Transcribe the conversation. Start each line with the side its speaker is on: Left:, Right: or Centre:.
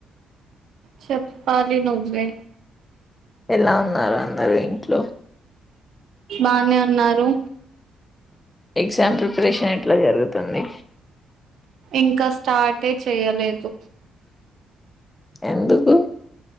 Right: చెప్పాల నువ్వే
Left: ఎలా ఉన్నారు అందరుూ ఇంట్లో
Right: బానే ఉన్నారు
Left: ఎగ్జామ్ ప్రిపరేషన్ ఎట్లా జరుగుతుంది
Right: ఇంకా స్టార్టే చేయలేదు
Left: ఎందుకు